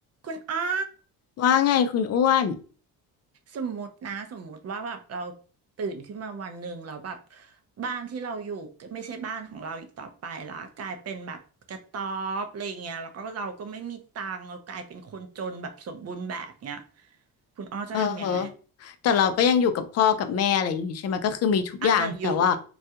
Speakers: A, on the right; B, on the left.
A: คุณอ้อ
B: ว่าไงคุณอ้วน
A: สมมตินะสมมติว่าแบบเราตื่นขึ้นมาวันหนึ่งเราแล้วแบบบ้านที่เราอยู่ไม่ใช่บ้านของเราอีกต่อไปละกลายเป็นแบบกระต๊อบอะไรเงี้ยแล้วก็เราก็ไม่มีตังค์เรากลายเป็นคนจนแบบสมบูรณ์แบบเนี้ยคุณอ้อจะทำยังไง
B: เออเหอะแต่เราก็ยังอยู่กับพ่อกับแม่อะไรอย่างงี้ใช่ไหมก็คือมีทุกอย่างแต่ว่า
A: อ่ะยังอยู่